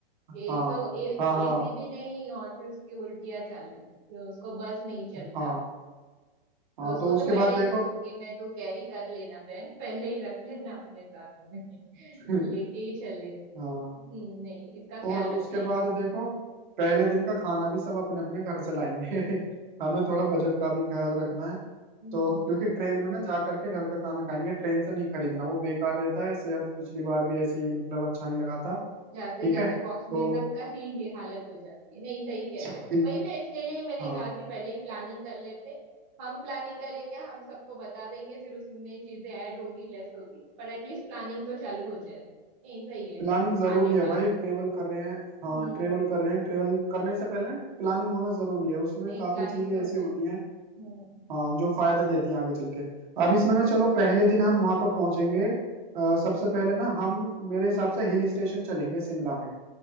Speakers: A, on the right (about 15°); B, on the right (about 55°).
A: एक
B: हाँ
A: तो
B: हाँ हाँ
A: एसी भी नहीं और फिर उसकी उल्टियां चालू तो उसको बस नहीं चलता
B: हाँ हाँ
A: तो उसको
B: तो उसके
A: तो पहले
B: बाद
A: ही
B: देखो
A: बोलूंगी मैं तू कैरी कर लेना बहन पहले ही रख लेना अपने साथ में <laughs> लेके
B: <laughs>
A: ही चले
B: हाँ
A: हम्म, नहीं इसका ख्याल
B: और उसके
A: रखना ही
B: बाद
A: है
B: देखो पहले दिन का खाना भी सब अपने अपने घर से लाएंगे <laughs> हमें थोड़ा बजट का भी ख्याल रखना है
A: हम्म
B: तो क्योंकि ट्रेन में ना जा करके घर का खाना खाएंगे ट्रेन से नहीं खरीदना वो बेकार रहता है सेहत पिछली बार भी ऐसे ही मतलब अच्छा नहीं लगा था
A: जाते
B: ठीक
A: जाते
B: है
A: पहुंचने
B: तो
A: तक का ही ये हालत हो जाती है नहीं सही कह
B: ठीक-
A: रहे हो वही मैं इसके लिए ही मैंने
B: हाँ
A: कहा कि पहले ही प्लानिंग कर लेते हम प्लानिंग करेंगे हम सबको बता देंगे फिर उसमें चीजें ऐड होगी लेस होगी पर एटलीस्ट प्लानिंग तो चालू हो जाए नहीं सही है
B: प्लानिंग
A: खाने
B: जरूरी है
A: का
B: भाई ट्रेवल कर रहे हैं
A: हम्म
B: हाँ ट्रेवल कर रहे हैं ट्रेवल करने से पहले ना प्लानिंग होना जरूरी है उसमें
A: नहीं
B: काफी
A: प्लानिंग
B: चीजें
A: तो
B: ऐसी होती
A: है
B: हैं
A: हम्म
B: हाँ जो फायदा देती हैं आगे चल के अब इसमें ना चलो पहले दिन हम वहां पर पहुंचेंगे अ, सबसे पहले ना हम मेरे हिसाब से हिल स्टेशन चलेंगे शिमला में